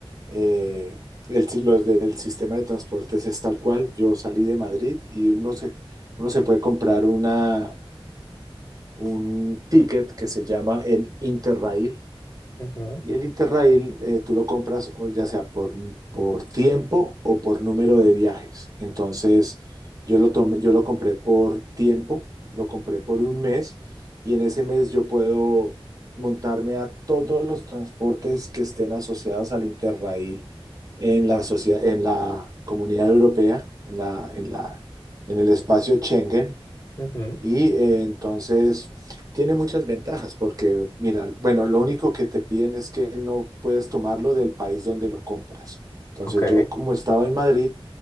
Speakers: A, on the right (about 40°); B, on the left (about 35°).
A: eh, el, si- los del sistema de transportes es tal cual. Yo salí de Madrid y uno se, uno se puede comprar una, un ticket que se llama el Interrail,
B: Ujú,
A: y el Interrail eh, tú lo compras o ya sea por, por tiempo o por número de viajes. Entonces yo lo tomé, yo lo compré por tiempo, lo compré por un mes y en ese mes yo puedo montarme a todos los transportes que estén asociados al Interrail en la sociedad, en la Comunidad Europea, en la, en la, en el espacio Schengen.
B: ujú.
A: Y eh, entonces tiene muchas ventajas porque, mira, bueno, lo único que te piden es que no puedes tomarlo del país donde lo compras. Entonces
B: Ok,
A: yo como estaba en Madrid,